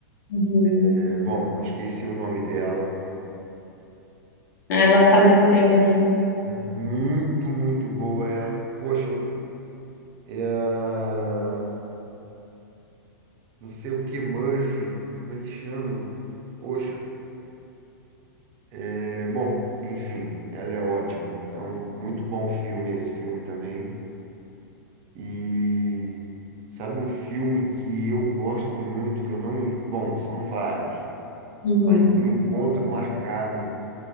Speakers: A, on the left; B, on the right.
A: Uhum.
B: É, bom, eu esqueci o nome dela.
A: Ela faleceu, né?
B: Muito, muito boa ela. Poxa, é a- não sei o que, Murphy, como é que chama? Poxa, é, bom, enfim, ela é ótima. Então, muito bom filme esse filme também. E sabe um filme que eu gosto muito, que eu não. Bom, são vários,
A: Uhum.
B: mas o encontro marcado